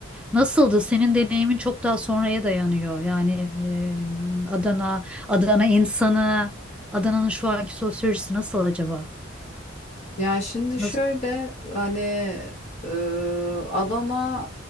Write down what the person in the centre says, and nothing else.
Nasıldı? Senin deneyimin çok daha sonraya dayanıyor. Yani e, Adana, Adana insanı, Adana'nın şu anki sosyolojisi nasıl acaba?
Nasıl?